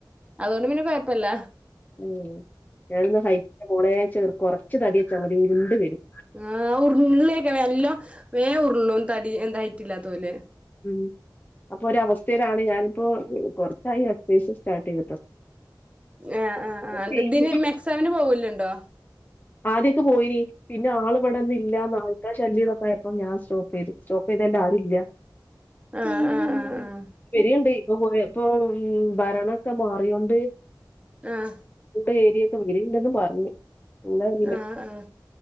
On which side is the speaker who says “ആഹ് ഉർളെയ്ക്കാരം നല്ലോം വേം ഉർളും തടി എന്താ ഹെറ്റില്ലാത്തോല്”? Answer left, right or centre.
Right